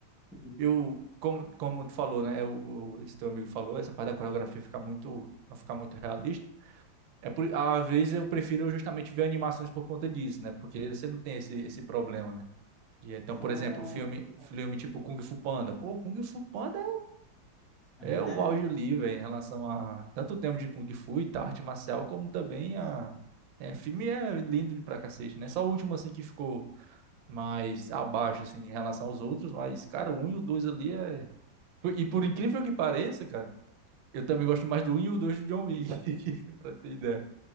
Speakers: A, in the centre; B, on the right.
A: Uhum.
B: eu, como, como tu falou, né? O, o- esse teu amigo falou, essa parte da coreografia fica muito, não ficar muito realista. É por, às vezes eu prefiro justamente ver animações por conta disso, né? Porque você não tem esse, esse problema, né? E então, por
A: Ah,
B: exemplo, um filme,
A: tá.
B: filme tipo Kung Fu Panda. Pô, Kung Fu Panda
A: <laughs>
B: é o auge livre em relação a tanto o tema de Kung Fu e tal, arte marcial, como também a. É, o filme é lindo de pra cacete, né? Só o último assim que ficou mais abaixo assim em relação aos outros, mas cara, o 1 e o 2 ali é por- E por incrível que pareça, cara, eu também gosto mais do um e o 2 de John Wick, <laughs> pra ter ideia.